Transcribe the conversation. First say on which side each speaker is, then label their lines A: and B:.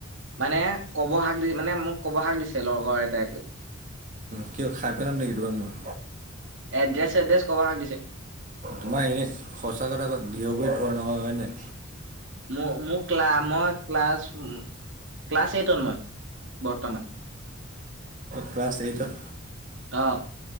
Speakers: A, on the right; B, on the right.
A: মানে কব শাক দি মানে মোক কব শাক দিছে লগৰ এটাইকৈ
B: কিয় খাই পেলাম নেকি তোমাক মই
A: এড্ৰেছ এড্ৰে ক'ব শাক দিছে
B: তোমাৰ এনেই সঁচা কথা ক বিহগী ঘৰ নহয় হয়নোই
A: ম মোক ক্লা মই ক্লাছ ক্লাছ এইটত মই বৰ্তমান
B: ক্লাছ এইটত
A: অঁ